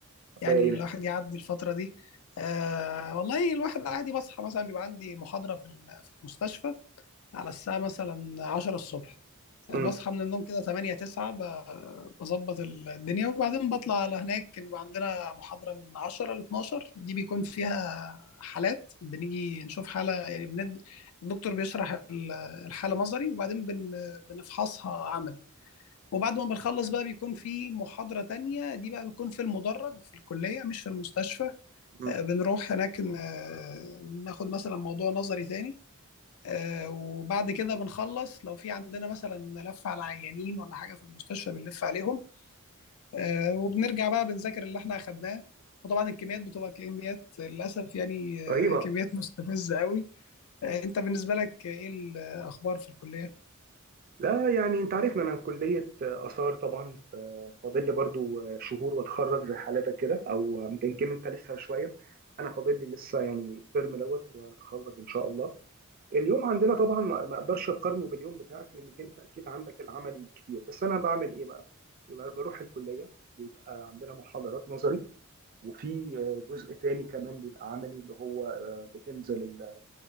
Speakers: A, on the right (about 40°); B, on the left (about 75°).
A: الله
B: يعني
A: يعينك
B: الواحد يعدي الفترة دي آه والله الواحد عادي بصحى مثلا بيبقى عندي محاضرة في ال- في المستشفى على الساعة مثلا 10 الصبح
A: امم
B: بصحى من النوم كده 8 9 بظبط الدنيا وبعدين بطلع على هناك بيبقى عندنا محاضرة من 10 ل 12 دي بيكون فيها حالات بنيجي نشوف حالة يعني بند... الدكتور بيشرح ال- الحالة نظري وبعدين بن... بنفحصها عملي وبعد ما بنخلص بقى بيكون في محاضرة تانية دي بقى بتكون في المدرج في الكلية مش في المستشفى
A: أمم.
B: آه، بنروح هناك ن- ناخد مثلا موضوع نظري تاني آه، وبعد كده بنخلص لو في عندنا مثلا لف على عيانين ولا حاجه في المستشفى بنلف عليهم آه، وبنرجع بقى بنذاكر اللي احنا اخدناه وطبعا الكميات بتبقى كميات للاسف يعني آه،
A: رهيبه
B: كميات مستفزه قوي آه، انت بالنسبه لك ايه الاخبار في الكليه؟
A: لا يعني انت عارفنا انا كليه اثار طبعا ف- فاضل لي برضو شهور واتخرج زي حالتك كده او يمكن انت لسه شويه انا فاضل لي لسه يعني الترم دوت واتخرج ان شاء الله اليوم عندنا طبعا ما ما اقدرش اقارنه باليوم بتاعك لانك انت اكيد عندك العملي كتير بس انا بعمل ايه بقى يبقى بروح الكليه بيبقى عندنا محاضرات نظري وفي آه، جزء تاني كمان بيبقى عملي اللي هو آه، بتنزل ال-